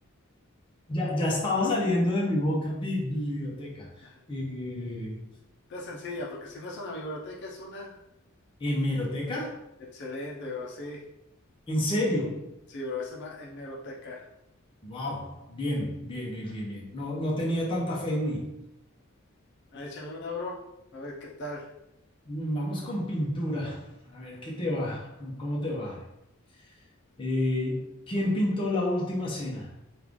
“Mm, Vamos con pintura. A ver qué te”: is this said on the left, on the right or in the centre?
Left